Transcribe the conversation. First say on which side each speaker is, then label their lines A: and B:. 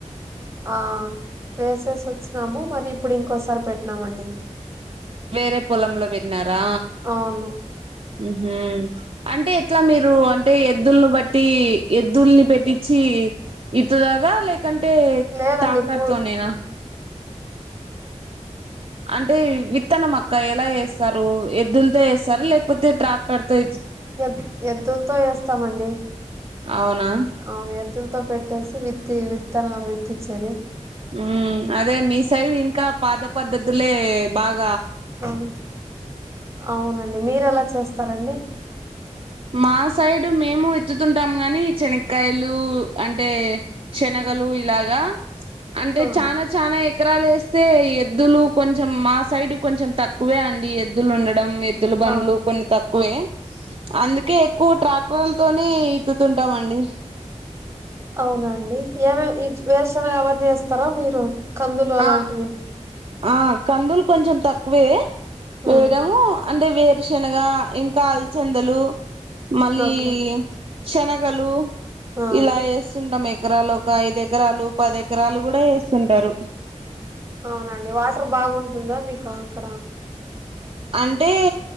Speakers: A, on the right (about 20°); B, on the right (about 45°).
A: ఆ వేసేసి వచ్చినాము మరి ఇప్పుడు ఇంకోసారి పెట్టినామండి
B: వేరే పొలంలో పెట్నారు రా
A: అవును
B: ఉహూ అంటే ఎట్లా మీరు అంటే ఎద్దుల్ని బట్టి ఎద్దుల్ని పెట్టించి ఇత్తుతార లే కంటే
A: లేదండి
B: టాక్టర్
A: కూ
B: తోనేనా అంటే విత్తనం అక్క ఎలా ఏస్తారు ఎద్దులతో ఏస్తార లేకపోతే ట్రాక్టర్తో వే
A: ఎద్ ఎద్దులతో వేస్తామండి
B: అవునా
A: అవును ఎద్దుల్ తోపెట్టేసి విత్తి విత్తనాలు వెత్తిచ్చేది
B: ఉ అదే మీ సైడ్ ఇంకా పాత పద్ధతులే బాగ్
A: ఆ అవునండి మీరెలా చేస్తారండి
B: మా సైడు మేము ఎత్తుతుంటాము కాని శనక్కాయలు అంటే శనగలు ఇలాగా అంటే
A: ఆ
B: చానా చానా ఎకరాలు వేస్ తే ఎద్దులు కొంచెం మా సైడ్ కొంచెం తక్కువే అండి ఎద్దులు ఉండడం మీ ఎద్దులు బండ్లు
A: ఆ
B: కొన్ని తక్కువే అందుకే ఎక్కువ ట్రాక్టర్లతోనే ఇత్తుతుంటామండి
A: అవునా అండి ఏమే వేరుశనగా అవన్ని వేస్తార మీరు కందులు అలాంటివి
B: ఆ ఆ కందులు కొంచెం తక్కువే వేగము
A: ఉమ్
B: అంటే వేరుశనగ ఇంకా అలచందలు మళ్ళీ
A: ఓకే
B: శనగలూ
A: ఆ
B: ఇలా వేస్తుంటాం మేం ఎకరాలు ఒక ఐదు ఎకరాలు పది ఎకరాలు కూడా వేస్తుంటారు
A: అవునండి వాటర్ బాగుంటుందా మీకు అక్కడ
B: అంటే